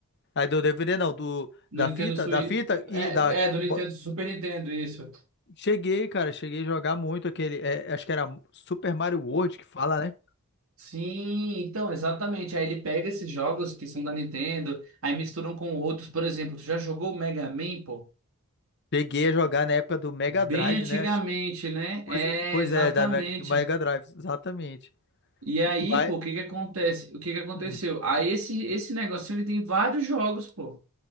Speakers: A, on the left; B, on the right.
A: Aí do DVD não, do.
B: Do
A: Da
B: Nintendo
A: fita?
B: Switch.
A: Da fita e
B: É,
A: da.
B: é, do
A: bo-
B: Nintendo, Super Nintendo, isso.
A: Cheguei, cara, cheguei a jogar muito aquele. é, acho que era Super Mario World que fala, né?
B: Sim, então, exatamente. Aí ele pega esses jogos que são da Nintendo, aí misturam com outros. Por exemplo, tu já jogou o Mega Man, pô?
A: Cheguei a jogar na época do Mega
B: Bem
A: Drive,
B: antigamente,
A: né? Acho-
B: né?
A: Pois,
B: É,
A: pois
B: exatamente.
A: é, da, Mega- do Mega Drive, exatamente.
B: E aí,
A: Mas.
B: pô, o que que acontece? O que que aconteceu?
A: hum.
B: Aí esse, esse negocinho, ele tem vários jogos, pô.